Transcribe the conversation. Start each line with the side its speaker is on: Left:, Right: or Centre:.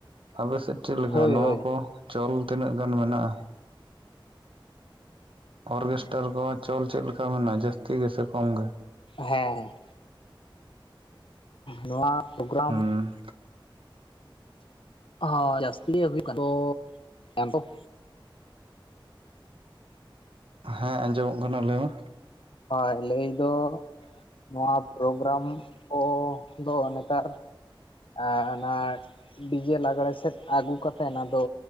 Right: ᱟᱯᱮ ᱥᱮᱫ ᱪᱮᱫ ᱞᱮᱠᱟ
Left: ᱦᱳᱭ
Right: ᱱᱚᱣᱟ
Left: ᱦᱳᱭ
Right: ᱠᱚ ᱪᱚᱞ ᱛᱤᱱᱟᱹᱜ ᱜᱟᱱ ᱢᱮᱱᱟᱜ-ᱟ? ᱚᱨᱠᱮᱥᱴᱟᱨ ᱠᱚ ᱪᱚᱞ ᱪᱮᱫ ᱞᱮᱠᱟ ᱢᱮᱱᱟᱜ-ᱟ ᱡᱟᱹᱥᱛᱤ ᱜᱮᱥᱮ ᱠᱚᱢ ᱜᱮ᱾
Left: ᱦᱮᱸ ᱱᱚᱣᱟ ᱯᱨᱳᱜᱨᱟᱢ
Right: ᱦᱩᱸ
Left: ᱦᱚᱸ ᱡᱟᱹᱥᱛᱤ ᱜᱮ ᱦᱩᱭᱩᱜ ᱠᱟᱱᱟ <inaudible>
Right: ᱦᱮᱸ ᱟᱸᱡᱚᱢᱚᱜ ᱠᱟᱱᱟ ᱞᱟᱹᱭ ᱢᱮ᱾
Left: ᱦᱳᱭ ᱞᱟᱹᱭ ᱫᱚ ᱱᱚᱣᱟ ᱯᱨᱳᱜᱨᱟᱢ ᱠᱚ ᱫᱚ ᱱᱮᱛᱟᱨ ᱟᱸ ᱚᱱᱟ ᱰᱤᱡᱮ ᱞᱟᱜᱽᱬᱮ ᱥᱮᱫ ᱟᱹᱜᱩ ᱠᱟᱛᱮᱫ ᱚᱱᱟ ᱫᱚ